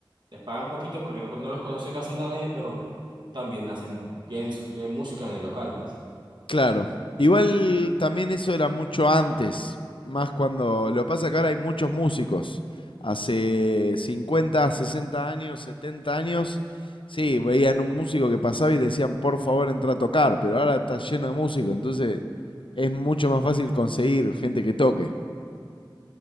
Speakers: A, on the right; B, on the left.
A: Les pagan poquito porque no, no los conoce casi nadie, pero también hacen, tienen, su- tienen música en el local, pues.
B: Claro. Igual también eso era mucho antes, más cuando... Lo que pasa que ahora hay muchos músicos. Hace 50, 60 años, 70 años, sí, veían un músico que pasaba y le decían, por favor, entra a tocar, pero ahora está lleno de músicos, entonces es mucho más fácil conseguir gente que toque.